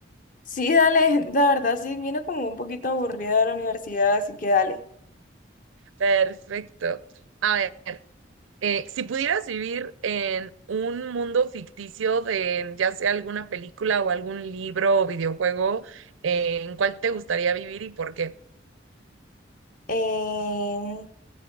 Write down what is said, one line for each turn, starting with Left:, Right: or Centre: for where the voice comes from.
Left: Sí, dale, la verdad sí, vino como un poquito aburrida de la universidad, así que dale.
Right: Perfecto. A ver, eh, si pudieras vivir en un mundo ficticio de ya sea alguna película o algún libro o videojuego, eh, ¿en cuál te gustaría vivir y por qué?
Left: En,